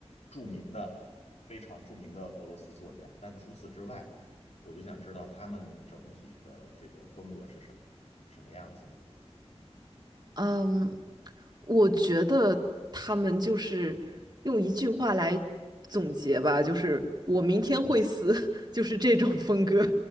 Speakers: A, on the left; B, on the right.
A: 著名的、非常著名的俄罗斯作家，但除此之外，我就想知道他们整体的这个风格是什么，什么样子的。
B: 嗯，我觉得他们就是用一句话来总结吧，就是我明天会死，<laughs> 就是这种风格。